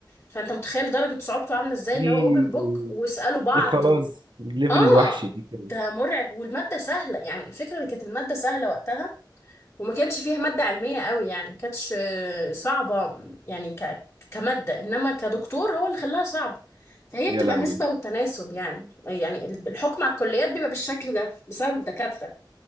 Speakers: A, on the left (about 35°); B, on the right (about 75°).
A: فانت متخيل درجه صعوبته عامله ازاي اللي
B: دي
A: هو اوبن بوك واسالوا بعض
B: دي خلاص
A: و...
B: ليفل
A: اه
B: الوحش دي كده
A: ده مرعب والمادة سهلة يعني الفكرة ان كانت المادة سهلة وقتها وما كانش فيها مادة علمية قوي يعني ما كانتش آه، صعبة يعني ك... كمادة انما كدكتور هو اللي خلاها صعبة فهي
B: يا
A: بتبقى
B: لهوي
A: نسبة والتناسب يعني يعني ال- الحكم على الكليات بيبقى بالشكل ده بسبب الدكاترة